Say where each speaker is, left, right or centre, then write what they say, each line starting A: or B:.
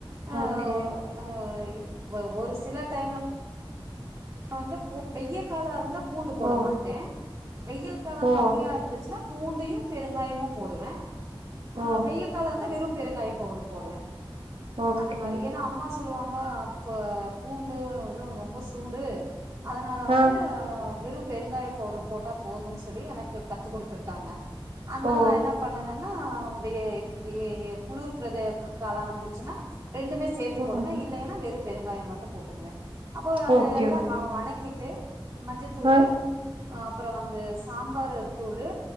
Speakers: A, on the right; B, on the right.
A: அ
B: ஓகே.
A: அ ஒ ஒரு சி சில டைம்ல வந்து வெய கால இருந்தா பூண்டு போட
B: ஓ!
A: மாட்டேன் வெயில் காலம்
B: ஓ!
A: கம்மியா இருந்துச்சுன்னா பூண்டையும் பெருங்காயமும் போடுவேன் ஆ
B: ஓ!
A: வெய காலம் இருந்த வெறு பெருங்காய பவுடரு போடுவேன்
B: ஓகே.
A: அந்த மாரி ஏன்னா அம்மா சொல்லுவாங்க <unintelligible> இப்ப பூண்டு இதுவும் ரொம்ப சூடு அ அதனால வந்து
B: ஆ.
A: விருப்பு பெருங்காய பவுடர் போட்டா போதுன்னு சொல்லி எனக்கு கத்து கொடுத்திருக்காங்க அதனால
B: ஓ!
A: நான் என்ன பண்ணுவன் னா வே ஏ ஏ ஏ குளிர் பிரதே க கால வந்துச்சுன்னா ரெண்டுமே சேத்து
B: ம்ஹ்ம்.
A: போடுவே இல்லைன்னா வெறு பெருங்காய மட்டு போட்டுக்குவே அப்போ அது
B: ஓகே,
A: எல்லாம்
B: ஓகே.
A: ஆ வணக்கிட்டு மஞ்ச தூள்ளு
B: ஆ.
A: அப்புறோ வந்து சாம்பாரு தூளு